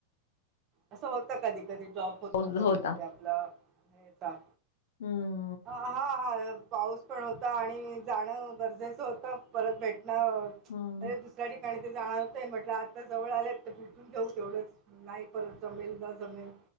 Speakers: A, on the right; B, on the left.
A: असं होत कधी कधी ड्रॉप होतो
B: पाऊस
A: कधी
B: होता
A: कधी आपला हेचा,
B: हम्म हम्म
A: हा हा पाऊस पण होता आणि जाणं गरजेचं होतं परत भेटणं
B: हम्म
A: अरे दुसऱ्या ठिकाणी ते जाणार, म्हटलं आता जवळ आलेत तर भुटून घेऊ तेवढंच नाही परत जमेल न जमेल.